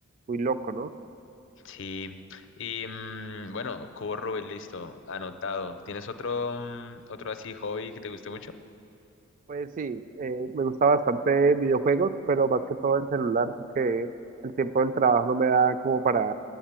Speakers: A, on the right; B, on the left.
A: muy loco, ¿no?
B: Sí, y mm, bueno, cubo Rubik, listo, anotado. ¿Tienes otro, mm, otro así hobby que te guste mucho?
A: Pues sí, eh, me gusta bastante videojuegos, pero más que todo el celular, porque el tiempo del trabajo no me da como para,